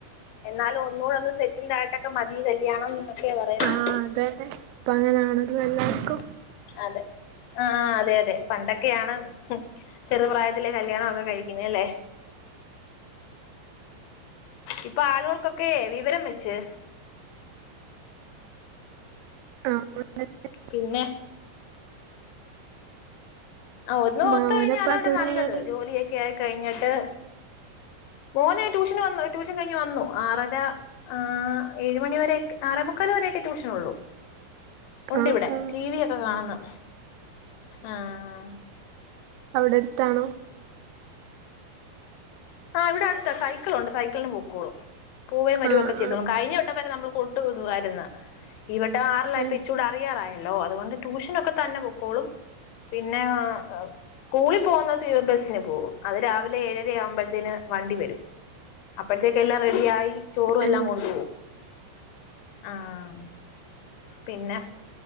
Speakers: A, on the left (about 75°); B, on the right (about 90°).
A: എന്നാലും ഒന്നുകൂടെന്ന് ൽടായിട്ടൊക്കെ മതി കല്യാണം എന്നൊക്കെ പറയുന്നെ
B: ആഹ് അതന്നെ ഇപ്പ അങ്ങനാണല്ലോ എല്ലാർക്കും
A: ഉം അതെ ആ അതെ അതെ പണ്ടൊക്കെയാണ് ഹ് ചെറു പ്രായത്തിലെ കല്യാണം ഒക്കെ കഴിക്കുന്നെ അല്ലേ ഇപ്പ ആളോൾകൊക്കെ വിവരം വെച്ച്
B: ആഹ് <unintelligible>
A: പിന്നെ
B: <inaudible>
A: ആ ഒന്നോത്തു
B: മോനെപ്പളാ
A: കഴിഞ്ഞാലതാണ്
B: ട്യൂഷൻ
A: നല്ലത്
B: കഴിഞ്ഞത്
A: ജോലിക്കായി കൈഞ്ഞിട്ട് മോനെ ട്യൂഷന് വന്നു ട്യൂഷൻ കഴിഞ്ഞ് വന്നു ആറര ആ ഏഴ് മണി വരെക്കെ ആറേമുക്കാൽ വരെക്കെ ട്യൂഷനൊള്ളു ഉണ്ടിവിടെ
B: ആഹ് ആഹ്
A: ടിവി യൊക്കെ കാണുന്നു ആഹ്
B: അവിടെടുത്താണോ
A: ആഹ് ഇവിടടുത്ത സൈക്ക്ളുണ്ട് സൈക്കിളിൽ പൊക്കോളും പൂവേം വരൊക്കെ
B: ആഹ്
A: ചെയ്തൊളും
B: ആഹ്
A: കഴിഞ്ഞ വട്ടം നമ്മൾ കൊണ്ട് വിടുവാരുന്ന് ഇവട്ട ആറിലായപ്പോ
B: ഏഹ്
A: ഇച്ചൂടെ <unintelligible> ആയെ ലോ അത്കൊണ്ട് ട്യൂഷനൊക്കെ തന്നെ പൊക്കോളും പിന്നേ സ്കൂളിൽ പോവുന്നത് ബെസ്സിന് പോവും അത് രാവിലെ ഏഴരയാവു ത്തിന് വണ്ടി വരും അപേഴ്ത്തേക്ക് എല്ലാം റെഡിയായി ചോറും
B: ഏഹ്
A: എല്ലാം കൊണ്ടു പോവും ആഹ് പിന്നെ